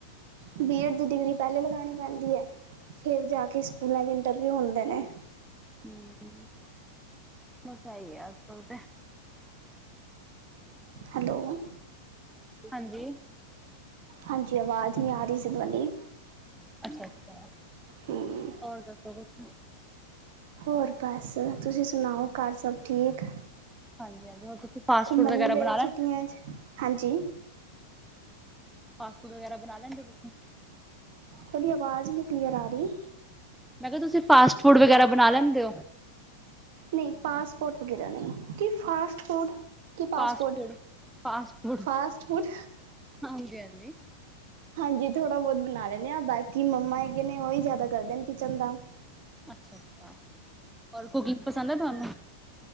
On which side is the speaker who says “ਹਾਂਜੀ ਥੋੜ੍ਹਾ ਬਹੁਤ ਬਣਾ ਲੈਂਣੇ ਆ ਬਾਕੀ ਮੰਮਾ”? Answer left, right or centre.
Right